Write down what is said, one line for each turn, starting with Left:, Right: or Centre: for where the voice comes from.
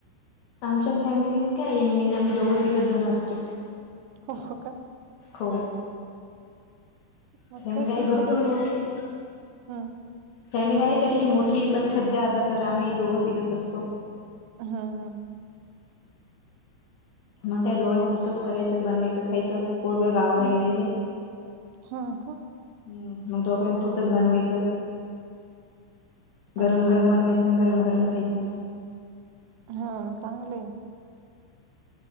Left: आमच्या फॅमिलीत काय इनमिन आम्ही दोघं तिघ जण असतो.
Right: हो हो का?
Left: हो.
Right: मग
Left: फॅमिली
Right: काय
Left: आहे
Right: तुमचं
Left: भरपूर
Right: मजेत
Left: मोठी
Right: हम्म
Left: फॅमिली आहे तशी मोठी पण सध्या आता तर आम्ही दोघं तिघच असतो.
Right: हुं, हुं.
Left: मग काय दोघांपुरतं करायचं, बनवायचं, खायचं. पोरग गावाला
Right: हम्म
Left: गेलेले हे.
Right: हा का
Left: हम्म मग दोघा पुरतंच बनवायचं, गरम
Right: अच्छा
Left: गरम बनवायचं. गरम गरम खायचं.
Right: हा चांगलं हे.